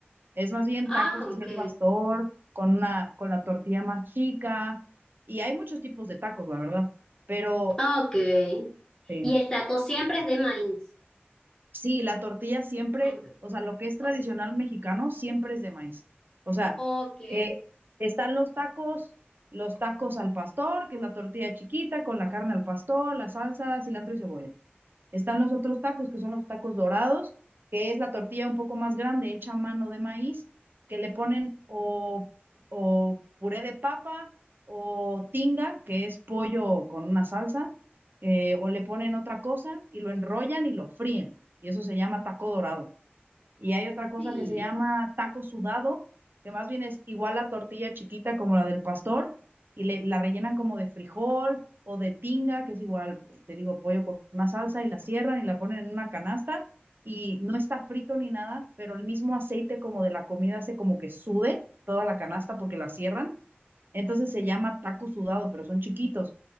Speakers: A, on the right; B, on the left.
A: Es más bien
B: Ah,
A: tacos así
B: ok.
A: al pastor, con una, con la tortilla más chica. Y hay muchos tipos de tacos, la verdad. Pero
B: Ah, Ok.
A: sí.
B: Y el taco siempre es de maíz.
A: Sí, la tortilla siempre,
B: Ok.
A: o sea, lo que es tradicional
B: Ok.
A: mexicano siempre es de maíz. O sea,
B: Ok.
A: eh, están los tacos, los tacos al pastor, que es la tortilla chiquita con la carne al pastor, la salsa, cilantro y cebolla. Están los otros tacos, que son los tacos dorados, que es la tortilla un poco más grande, hecha a mano de maíz, que le ponen o, o puré de papa o tinga, que es pollo con una salsa, eh, o le ponen otra cosa y lo enrollan y lo fríen. Y eso se llama taco dorado. Y hay otra cosa
B: Sí,
A: que se llama taco sudado, que más bien es igual la tortilla chiquita como la del pastor, y le, la rellenan como de frijol o de tinga, que es igual, te digo, pollo con una salsa, y la cierran y la ponen en una canasta, y no está frito ni nada, pero el mismo aceite como de la comida hace como que sude toda la canasta porque la cierran. Entonces se llama taco sudado, pero son chiquitos.